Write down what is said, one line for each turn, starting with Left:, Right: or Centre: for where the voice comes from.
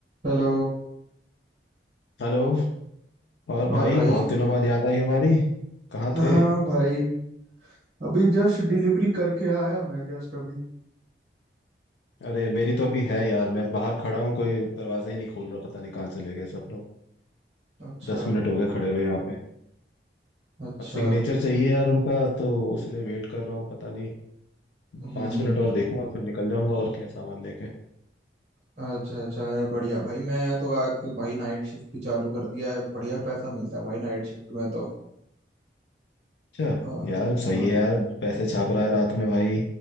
Right: Hello
Left: Hello और भाई
Right: और भाई
Left: बहुत दिनों बाद याद आई हमारी कहाँ थे
Right: हाँ भाई अभी जस्ट डिलीवरी करके आया मैं जस्ट अभी
Left: अरे मेरी तो अभी है यार मैं बाहर खड़ा हूँ कोई दरवाजा ही नहीं खोल रहा पता नहीं कहाँ चले गए सब लोग
Right: अच्छा
Left: दस मिनट हो गए खड़े हुए यहाँ पे
Right: अच्छा
Left: अब सिग्नेचर चाहिए यार उनका तो इसलिए वेट कर रहा हूँ पता नहीं
Right: हम्म
Left: पाँच मिनट और देखूंगा फिर निकल जाऊंगा और क्या सामान लेके
Right: अच्छा अच्छा अरे बढ़िया भाई मैं तो आजकल भाई नाइट शिफ्ट भी चालू कर दिया है बढ़िया पैसा मिलता है भाई नाइट शिफ्ट में तो
Left: अच्छा
Right: आ,
Left: यार सही
Right: हाँ
Left: है यार पैसे छाप रहा है रात में भाई